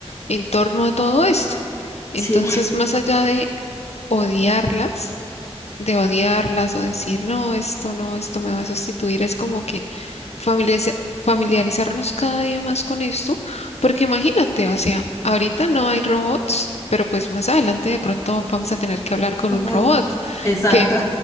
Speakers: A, on the left (about 80°); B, on the left (about 25°).
A: en torno a todo esto. Entonces,
B: Sí,
A: más allá de odiarlas, de odiarlas o decir, no, esto no, esto me va a sustituir, es como que familiariz- familiarizarnos cada día más con esto, porque imagínate, o sea, ahorita no hay robots, pero pues más adelante de pronto vamos a tener que hablar con
B: <laughs>
A: un robot
B: exacto.
A: que,